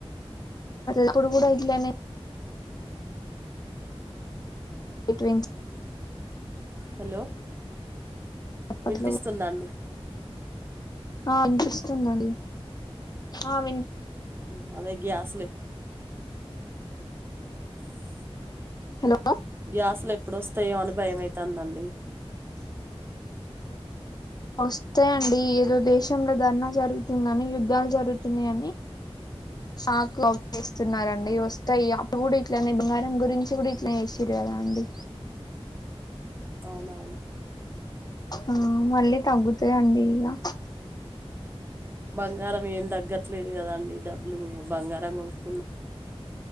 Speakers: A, on the left (about 40°); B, on the right (about 20°).
A: అక్కడకూడ ఇలనే బిట్వీన్
B: హలో
A: అప్పట్లో
B: వినిపిస్తుందండి
A: ఆ వినిపిస్తుంది అండి ఆ విని
B: ఉ అదే గ్యాస్లే
A: హలో
B: గ్యాస్ లు ఎప్పుడు వస్తాయో అని భయమైతాంది అండి
A: వస్తాయి అండి ఏదో దేశంలో ధర్నా జరుగుతుందని యుద్ధాలు జరుగుతున్నాయి అని సాకు అవి వస్తున్నారండి వస్తాయి అప్పుడు కూడా ఇట్లనే బంగారం గురించి కూడా ఇట్లానే చేసిర్రు కదా అండి
B: అవునవును
A: మ్మ్ మళ్ళీ తగ్గుతాయండి ఇంగా
B: బంగారం ఏం తగ్గట్లేదు కదాండి డబ్బులు బంగారం కొను